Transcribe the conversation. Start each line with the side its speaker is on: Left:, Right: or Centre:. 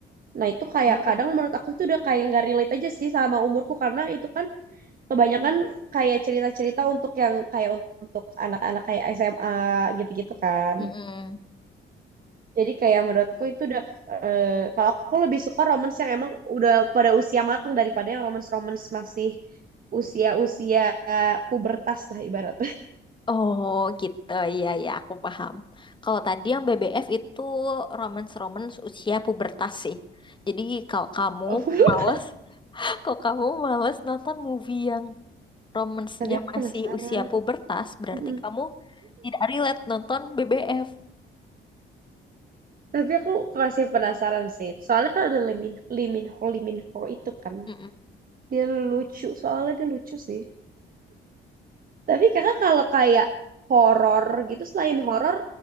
Right: Nah, itu kayak
Left: Iya lagi.
Right: kadang menurut aku tuh udah kayak nggak relate aja sih sama umurku karena itu kan kebanyakan kayak cerita-cerita untuk yang kayak untuk anak-anak kayak SMA gitu-gitu kan.
Left: Mm-mm.
Right: Jadi kayak menurutku itu udah eh, kalau aku lebih suka romance yang emang udah pada usia matang daripada yang romance-romance masih usia-usia pubertas lah ibarat
Left: Oh gitu, iya ya aku paham. Kalau tadi yang BBF itu romance-romance usia pubertas sih. Jadi kalau kamu
Right: Oh,
Left: males,
Right: <laughs>
Left: <laughs> kalau kamu males nonton movie yang romance-nya
Right: tapi aku
Left: masih
Right: penasaran.
Left: usia pubertas, berarti
Right: Mm-mm.
Left: kamu tidak relate nonton BBF.
Right: Tapi aku masih penasaran sih. Soalnya kan ada Limin Liminho Liminho itu kan.
Left: Mm-mm.
Right: Dia lucu, soalnya dia lucu sih. Tapi kakak kalau kayak horor gitu selain horor